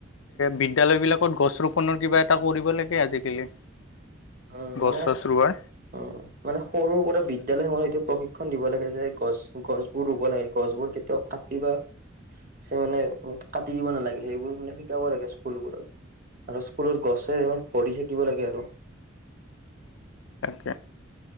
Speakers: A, on the left; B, on the right.
A: বিদ্যালয় বিলাকত গছ ৰোপনৰ কিবা এটা কৰিব লাগে আজিকালি
B: উম
A: গছ
B: মানে
A: চছ ৰোৱাৰ
B: উম মানে সৰুৰ পৰা বিদ্যালয় সমূহৰ এইটো প্ৰশি ক্ষণ দিব লাগে যে গছ গছ বোৰ ৰুব লাগে গছবোৰ কেতিয়াও কাটি বা চ মানে কাটি দিব নালাগে সেইবোৰ মানে শিকাব লাগে স্কুলবোৰত। আৰু স্কুলৰ গছে ভৰি থাকিব লাগে আৰু
A: তাকে